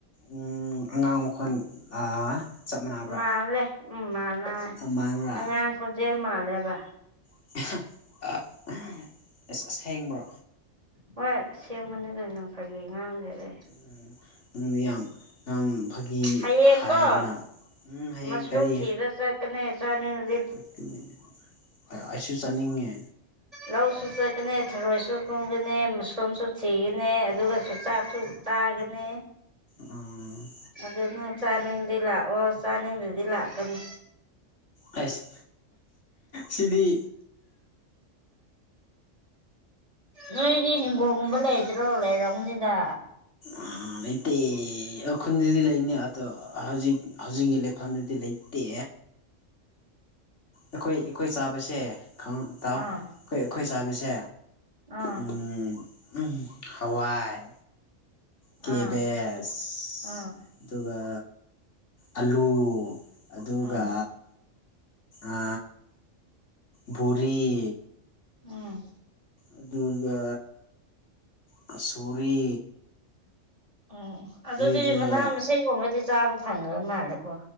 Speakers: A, on the left; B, on the right.
A: ꯎꯝ ꯑꯉꯥꯡ ꯃꯈꫭꯟ ꯑꯥ ꯆꯞ ꯃꯥꯟꯅꯕ꯭ꯔꯥ
B: ꯃꯥꯜꯂꯦ ꯎꯝ ꯃꯥꯅ
A: ꯃꯥꯟꯕ꯭ꯔꯥ
B: ꯑꯉꯥꯡ ꯈꯣꯟꯖꯦꯜ ꯃꯥꯜꯂꯦꯕ
A: <unintelligible> ꯑꯁ ꯑꯁꯦꯡꯕ꯭ꯔꯣ
B: ꯍꯣꯏ ꯑꯁꯦꯡꯕꯅꯦ ꯀꯩꯅꫭ ꯐꯥꯒꯤ ꯉꯥꯡꯗꯦ ꯑꯩ
A: ꯎꯝ ꯅꯪꯗꯤ ꯌꯥꯝ ꯌꯥꯝ ꯐꯥꯒꯤ
B: ꯍꯌꯦꯡꯀꯣ
A: ꯍꯥꯏꯕ ꯅꯪ ꯎꯝ ꯍꯌꯦꯡ
B: ꯃꯁꯔꯨꯝ
A: ꯀꯔꯤ
B: <unintelligible> ꯆꯠꯀꯅꯤ ꯆꯠꯅꯤꯡ
A: ꯆꯠꯀꯅꯤ ꯑꯩꯁꯨ ꯆꯠꯅꯤꯡꯉꯦ
B: ꯂꯧꯁꯨ ꯆꯠꯀꯅꯤ ꯊꯔꯣꯏꯁꯨ ꯈꯨꯟꯒꯅꯤ ꯃꯁꯔꯨꯝꯁꯨ ꯊꯤꯒꯅꯤ ꯑꯗꯨꯒ ꯁꯨ ꯆꯥꯛꯁꯨ ꯆꯥꯒꯅꯤ
A: ꯎꯝ
B: ꯑꯗꯣ ꯅꯪ ꯆꯥꯅꯤꯡꯗꯤ ꯂꯥꯛꯑꯣ ꯆꯥꯅꯤꯡꯗ꯭ꯔꯗꯤ ꯂꯥꯛꯀꯅꯨ꯫
A: ꯑꯩꯁ ꯁꯤꯗꯤ
B: ꯅꯣꯏꯗꯤ ꯍꯤꯡꯒꯣꯜꯒꯨꯝꯕ ꯂꯩꯇ꯭ꯔꯣ ꯂꯩꯔꯝꯅꯤꯗ꯫
A: ꯑ ꯂꯩꯇꯦ꯫ ꯈꯨꯟꯗꯗꯤ ꯂꯩꯅꯤ ꯑꯗꯣ ꯍꯧꯖꯤꯛ ꯍꯧꯖꯤꯛꯀꯤ ꯂꯩꯐꯝꯗꯨꯗꯤ ꯂꯩꯇꯦ꯫ ꯑꯩꯈꯣꯏ ꯑꯩꯈꯣꯏ ꯆꯥꯕꯁꯦ ꯈꯪ ꯇꯥꯎ
B: ꯑꯥ
A: ꯑꯩꯈꯣꯏ ꯑꯩꯈꯣꯏ ꯆꯥꯕꯁꯦ
B: ꯑꯥ
A: ꯎꯝ ꯍꯋꯥꯥꯏ ꯀꯦꯕꯦꯁ
B: ꯑꯥ ꯑꯥ
A: ꯑꯗꯨꯒ ꯑꯂꯨ ꯑꯗꯨꯒ
B: ꯎꯝ
A: ꯑ ꯕꯨꯔꯤ꯫
B: ꯎꯝ꯫
A: ꯑꯗꯨꯒ ꯀꯆꯧꯔꯤ꯫
B: ꯎꯝ ꯑꯗꯨꯗꯤ
A: ꯑꯗꯨꯒ
B: ꯃꯅꯥ ꯃꯁꯤꯡꯒꯨꯝꯕꯗꯤ ꯆꯥꯕ ꯐꯪꯗꯕ ꯃꯥꯜꯂꯦꯀꯣ꯫